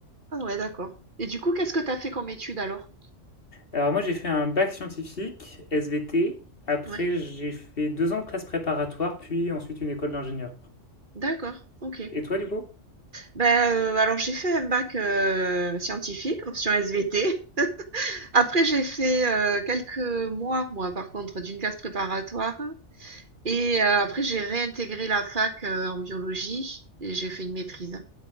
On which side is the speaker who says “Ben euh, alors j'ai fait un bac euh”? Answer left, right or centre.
Right